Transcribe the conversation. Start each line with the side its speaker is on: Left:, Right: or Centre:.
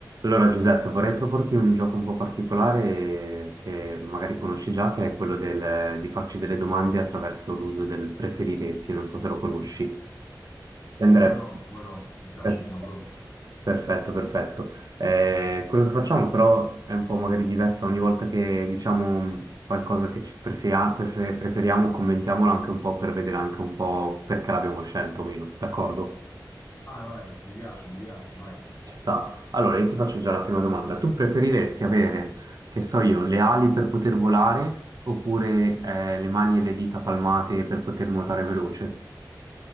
Right: Allora Giuseppe, vorrei proporti un gioco un po' particolare eh, che magari conosci già, che è quello del- di farci delle domande attraverso l'uso del preferiresti, non so se lo conosci. Andrebbe.
Left: Come no, come no, mi piace,
Right: Per-
Left: sono pronto.
Right: Perfetto, perfetto. Eh, quello che facciamo però è un po' magari diverso, ogni volta che diciamo qualcosa che ci prefia- prefe- preferiamo, commentiamolo anche un po' per vedere anche un po' perché l'abbiamo scelto o meno, d'accordo?
Left: Vai, vai, mi piace, mi piace, vai.
Right: Ci sta. Allora, io ti faccio già la prima domanda. Tu preferiresti avere, che so io, le ali per poter volare oppure eh, le mani e le dita palmate per poter nuotare veloce?